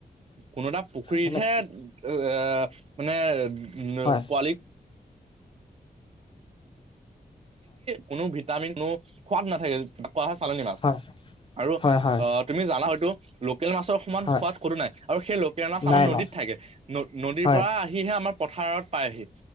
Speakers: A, on the right; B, on the left.
A: কোনো এটা পুখুৰীতহে
B: মানে
A: এ মানে
B: হয়
A: পোৱালি কোনো ভিটামিন কোনো সোৱাদ নাথাকে কোৱা হয় চালানী মাছ
B: হয়
A: আৰু
B: হয় হয় হয়
A: আ তুমি জানা হয় হয়তো লো কেল মাছৰ সমান
B: হয়
A: সোৱাদ কতো নাই আৰু সেই লোকেল মাছ আমাৰ
B: নাই
A: নদীত
B: নাই
A: থাকে নদীৰ
B: হয়
A: পৰা আহিহে আমাৰ পথাৰত পাইহি